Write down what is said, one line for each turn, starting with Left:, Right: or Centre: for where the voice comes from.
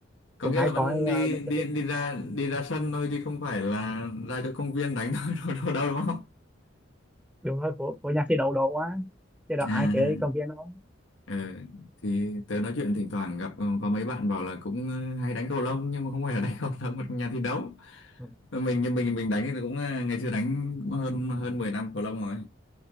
Left: có
Centre: cũng
Left: nghĩa
Centre: hay
Left: là vẫn
Centre: coi
Left: đi
Centre: uh, mấy
Left: đi
Centre: cái clip
Left: đi ra đi ra sân thôi chứ không phải là ra cho công viên đánh thôi <laughs> đâu, đâu, đâu đúng không
Centre: đúng rồi của của nhạc thì đầu độ quá chứ đâu
Left: à
Centre: ai chơi công viên đâu
Left: Ờ, thì tớ nói chuyện thỉnh thoảng gặp ờ, có mấy bạn bảo là cũng ờ, hay đánh cầu lông nhưng mà không phải là <laughs> đánh cầu lông mà trong nhà thi đấu
Centre: Ừ.
Left: Mà mình nhưng mình mình đánh thì cũng ờ, ngày xưa đánh cũng hơn hơn mười năm cầu lông rồi